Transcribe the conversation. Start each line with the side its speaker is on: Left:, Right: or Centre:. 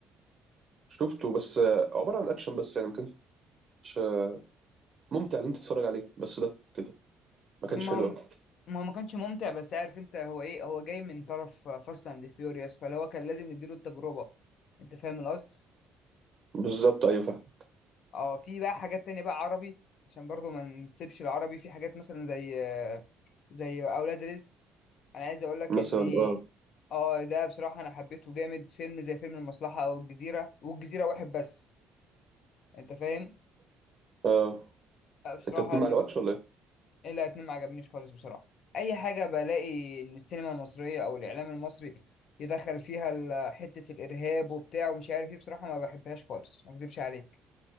Right: شفته بس آه، عبارة عن اكشن بس يعني ما كانش آه، ممتع ان انت تتفرج عليه بس ده كده ما
Left: ما
Right: كانش حلو
Left: هو
Right: قوي
Left: ما هو ما كانش ممتع بس عارف انت هو ايه هو جاي من طرف فاست اند فيوريوس فاللي هو كان لازم نديله التجربة انت فاهم القصد
Right: بالظبط ايوه فاهم
Left: اه في بقى حاجات تانية بقى عربي عشان برضو ما نسيبش العربي في حاجات مثلا زي زي اولاد رزق انا عايز اقول لك
Right: مثلا
Left: ان
Right: اه
Left: اه ده بصراحة انا حبيته جامد فيلم زي فيلم المصلحة او الجزيرة والجزيرة واحد بس انت فاهم
Right: اه
Left: بصراحة
Right: انت اتنين
Left: الاتنين
Right: ما عجبكش ولا ايه
Left: لا اتنين ما عجبنيش خالص بصراحة اي حاجة بلاقي ان السينما المصرية او الاعلام المصري يدخل فيها ال- حتة الارهاب وبتاع ومش عارف ايه بصراحة ما بحبهاش خالص ما اكذبش عليك